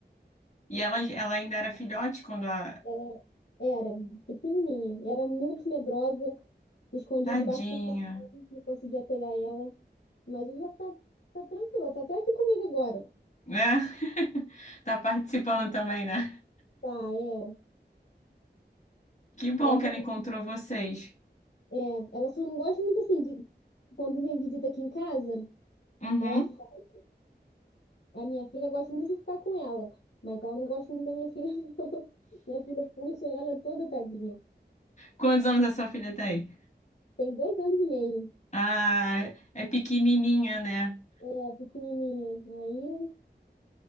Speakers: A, on the left; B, on the left.
A: E ela, ela ainda era filhote quando a.
B: Ela era pequenininha, era muito medrosa, se escondia
A: Tadinha.
B: debaixo do colchão, não conseguia pegar ela. Mas hoje ela tá, tá tranquila, tá até aqui comigo agora.
A: Né? <laughs> Tá participando também, né?
B: Tá, é.
A: Que bom
B: Ela
A: que
B: só,
A: ela encontrou vocês.
B: é, ela só não gosta muito assim de quando vem visita aqui em casa,
A: Uhum.
B: ela fala. A minha filha gosta muito de ficar com ela, mas ela não gosta muito da minha filha, <laughs> não. Minha filha puxa ela toda tadinha.
A: Quantos anos a sua filha tem?
B: Tem dois anos e meio.
A: Ah, é pequenininha, né?
B: É, pequenininha. Aí